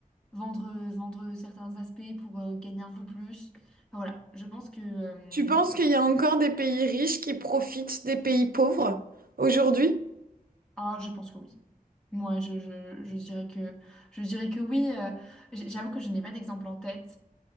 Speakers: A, in the centre; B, on the right.
A: vendre vendre certains aspects pour euh, gagner un peu plus. Enfin, voilà, je pense que euh,
B: Tu penses qu'il y a encore des pays riches qui profitent des pays pauvres aujourd'hui?
A: ah, je pense que oui. Moi, je, je, je dirais que, je dirais que oui. euh, j- j'avoue que je n'ai pas d'exemple en tête,